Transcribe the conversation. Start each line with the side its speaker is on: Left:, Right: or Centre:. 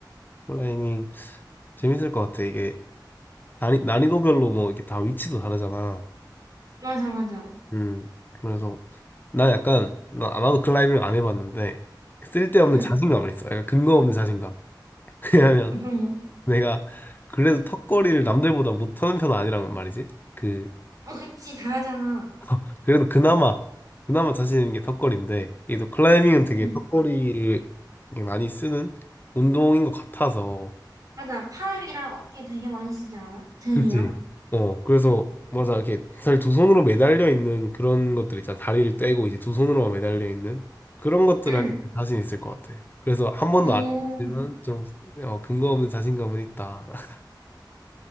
Left: 클라이밍. 재밌을 것 같아. 이게 난이, 난이도별로 뭐 이게 다 위치도 다르잖아.
Right: 맞아, 맞아.
Left: 음, 그래서 난 약간, 나, 나도 클라이밍을 안 해봤는데 쓸데없는
Right: 응.
Left: 자신감을 있어. 약간 근거 없는 자신감. <laughs> 왜냐면
Right: 응.
Left: 내가 그래도 턱걸이를 남들보다 못하는 편은 아니란 말이지. 그,
Right: 어, 그치, 잘하잖아.
Left: <laughs> 그래도 그나마, 그나마 자신 있는 게 턱걸이인데, 이게 또 클라이밍은 되게
Right: 응.
Left: 턱걸이를 게 많이 쓰는 운동인 것 같아서
Right: 맞아. 팔이랑 어깨 되게 많이 쓰지 않아? 등이랑?
Left: 그치? 어, 그래서, 맞아. 이렇게 사실 두 손으로 매달려 있는 그런 것들 있잖아. 다리를 떼고 이제 두 손으로만 매달려 있는 그런 것들을
Right: 응.
Left: 할때 자신 있을 것 같아. 그래서 한 번도
Right: 오,
Left: 안 해봤지만 좀 어, 근거 없는 자신감은 있다. <laughs>